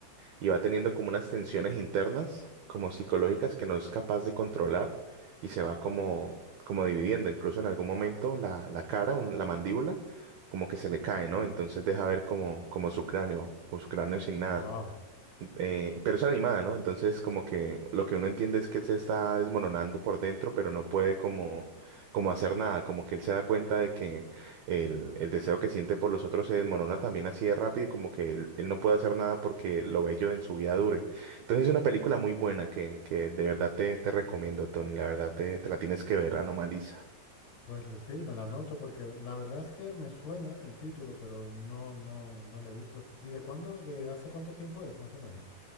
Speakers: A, on the right; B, on the left.
A: y va teniendo como unas tensiones internas, como psicológicas, que no es capaz de controlar y se va como, como dividiendo. Incluso en algún momento la, la cara, un- la mandíbula, como que se le cae, ¿no? Entonces deja ver como, como su cráneo, con su cráneo sin nada
B: Wow.
A: eh, pero es animada, ¿no? Entonces, como que lo que uno entiende es que él se está desmoronando por dentro, pero no puede como, como hacer nada, como que él se da cuenta de que el, el deseo que siente por los otros se desmorona también así de rápido, y como que él, él no puede hacer nada porque lo bello en su vida dure. Entonces, es una película muy buena que, que de verdad te, te recomiendo, Tony, la verdad te, te la tienes que ver, Anomaliza.
B: Pues le- sí, me la anoto porque la verdad es que me suena el título, pero no, no, no le he visto. ¿Y de cuándo, de hace cuánto tiempo es, más o menos?